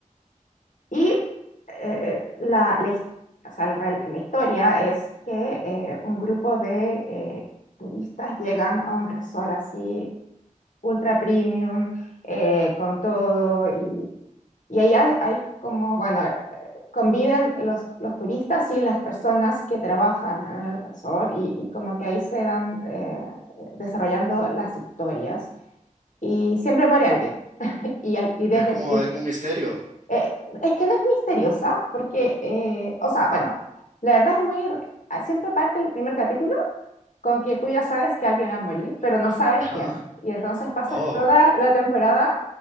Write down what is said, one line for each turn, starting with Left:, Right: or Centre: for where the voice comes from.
Left: y eh, eh, la, la his- o sea, el rel- la historia es que eh, un grupo de eh, turistas llegan a un resort así ultra premium, eh, con todo. Y, y allá hay como, bueno, eh, conviven los, los turistas y las personas que trabajan en el resort y, y como que ahí se van eh, desarrollando las historias. Y siempre muere alguien. Y, al- y desde...
Right: Es como
Left: y-
Right: algún misterio.
Left: eh, es que no es misteriosa porque, eh, o sea, bueno, la verdad es muy... Siempre parte el primer capítulo con que tú ya sabes que alguien va a morir, pero no sabes
Right: Ajá.
Left: quién. Y entonces pasas
Right: Oh,
Left: toda la temporada